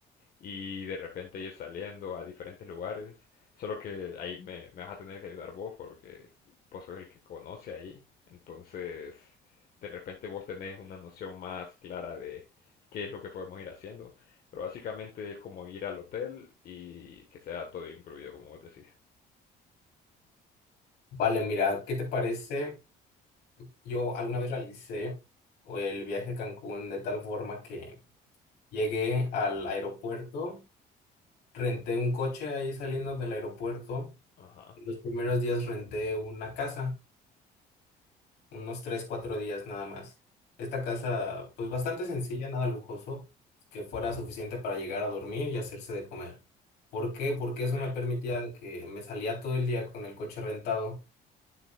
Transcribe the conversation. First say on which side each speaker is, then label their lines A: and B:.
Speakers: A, on the left; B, on the left.
A: y de repente ir saliendo a diferentes lugares. Solo que ahí me, me vas a tener que ayudar vos porque vos sos el que conoce ahí. Entonces, de repente vos tenés una noción más clara de qué es lo que podemos ir haciendo. Pero básicamente es como ir al hotel y que sea todo incluido, como vos decís.
B: Vale, mira, ¿qué te parece? Yo alguna vez realicé el viaje a Cancún de tal forma que llegué al aeropuerto, renté un coche ahí saliendo del aeropuerto
A: Ajá,
B: y los primeros días renté una casa. unos 3 4 días nada más. Esta casa,
A: ok,
B: pues bastante sencilla, nada lujoso, que fuera suficiente para llegar a dormir y hacerse de comer. ¿Por qué? Porque
A: ok,
B: eso me permitía de que me salía todo el día con el coche rentado